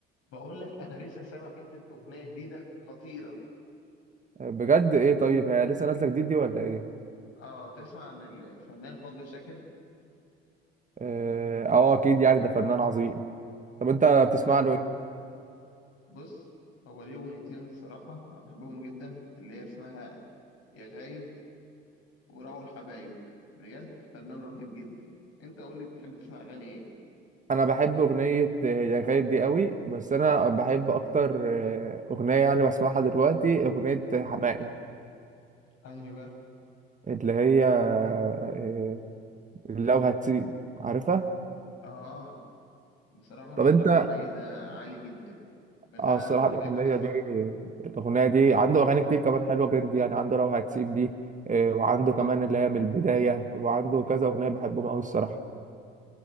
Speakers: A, on the left; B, on the right.
A: بقول لك انا لسه سامع حته اغنيه جديده خطيره
B: بجد ايه طيب هي لسه نازله جديد دي ولا ايه
A: اه تسمع عن الفنان فضل شاكر
B: اه آه، اكيد يعني ده فنان عظيم طب انت بتسمع
A: هو بقى
B: له ايه
A: بص هو ليه اغنيتين الصراحه انا بحبهم جدا اللي هي اسمها يا غايب وراعوا الحبايب بجد فنان رهيب جدا انت قول لي بتحب تسمع اغاني ايه
B: انا بحب اغنيه آه، يا غايب دي قوي بس انا بحب اكتر آه، اغنيه يعني بسمعها دلوقتي اغنيه حماقي
A: انهي بقى
B: اللي هي آه، لو هتسيب عارفها
A: اه بصراحه الفنان
B: طب انت
A: حماقي ده عالي جدا من
B: اه
A: اعلى
B: الصراحه
A: المغنيين
B: الاغنيه
A: اللي بحب اسمعهم
B: دي الاغنيه دي عنده اغاني كتير كمان حلوه غير دي يعني عنده لو هتسيب دي آه، وعنده كمان اللي هي من البدايه وعنده كذا اغنيه بحبهم قوي الصراحه